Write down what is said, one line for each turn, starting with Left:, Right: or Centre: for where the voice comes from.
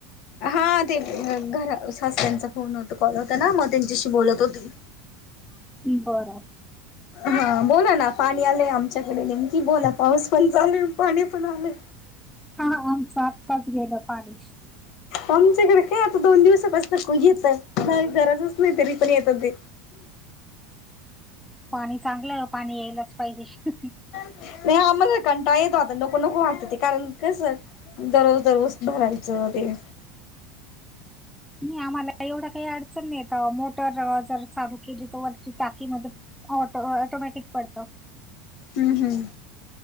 Left: हा ते घरास््यांचा फोन होत कॉल होता ना मग त्यांच्याशी बोलत होती
Centre: बरं
Left: हा बोला ना पाणी आलं आमच्याकडे नेमकी बोला पाऊस पण चाले पाणी पण आले
Centre: हा आमचं आत्ताच गेलं पाणी
Left: आमच्याकडे काय आता दोन दिवसापास नक येत नाही गरजच नाही तरी पण येत ते
Centre: पाणी चांगलं पाणी यायलाच पाहिजे
Left: नाही आम्हाला कंटा येत आता नको नको वाटत ते कारण कस दररोज दररोज भरायचं ते
Centre: नाही आम्हाला एवढं काही अडचण नाहीता मोटर जर चालू केली तर वरती टाकी म ऑटो ऑटोमॅटिक पडतो
Left: हम् हम्म